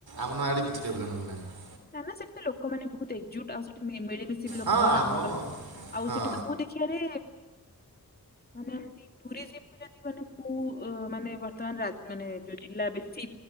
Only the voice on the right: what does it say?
ଆମର ଆଡ଼େ କିଛି ଡେଭଲପମେଣ୍ଟ ନାହିଁ।
ହଁ
ଆମ
ହଁ